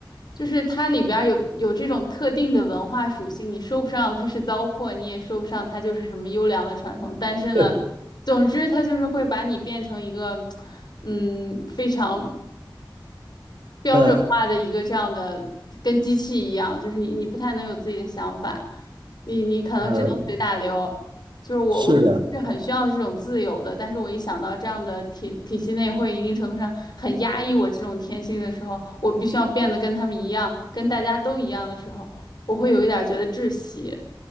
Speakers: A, on the left; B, on the right.
A: 就是它里边儿有有这种特定的文化属性，你说不上它是糟粕，你也说不上它就是什么优良的传统，但是呢，
B: 对，
A: 总之它就是会把你变成一个，嗯，非常标准化的一个这样的，
B: 呃
A: 跟机器一样，就是你你不太能有自己的想法，你你可能只能随大流。
B: 呃，
A: 就是我我是很需要这种自由的，
B: 是的。
A: 但是我一想到这样的体体系内会一定程度上很压抑我这种天性的时候，我必须要变得跟他们一样，跟大家都一样的时候，我会有一点儿觉得窒息。